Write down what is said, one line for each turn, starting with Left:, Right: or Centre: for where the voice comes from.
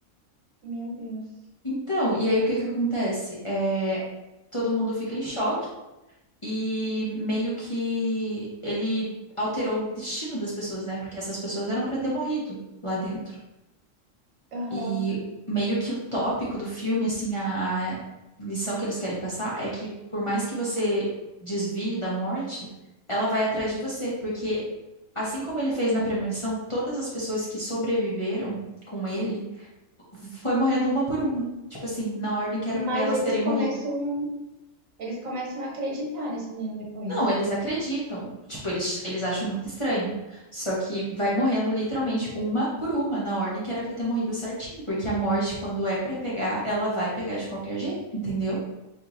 Right: Meu Deus.
Left: Então, e aí o que que acontece? É, todo mundo fica em choque e meio que ele alterou o destino das pessoas, né? Porque essas pessoas eram para ter morrido lá dentro.
Right: Aham.
Left: E meio que o tópico do filme, assim, a, a lição que eles querem passar é que por mais que você desvie da morte, ela vai atrás de você, porque Assim como ele fez na premonição, todas as pessoas que sobreviveram com ele foi morrendo uma por uma. Tipo assim, na ordem que era
Right: Mas
Left: pra elas
Right: eles
Left: terem
Right: começam,
Left: morrido.
Right: eles começam a acreditar nesse menino depois.
Left: Não, eles acreditam. Tipo, eles, eles acham muito estranho. Só que vai morrendo literalmente uma por uma, na ordem que era pra ter morrido certinho. Porque a morte, quando é pra pegar, ela vai pegar de qualquer jeito, entendeu?